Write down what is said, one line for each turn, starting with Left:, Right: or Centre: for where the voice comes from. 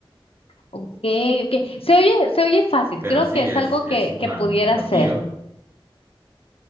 Left: Ok, ok. Se oye, se oye fácil.
Right: Pero
Left: Creo
Right: sí,
Left: que es
Right: es,
Left: algo
Right: es
Left: que,
Right: una,
Left: que pudiera
Right: un platillo.
Left: hacer.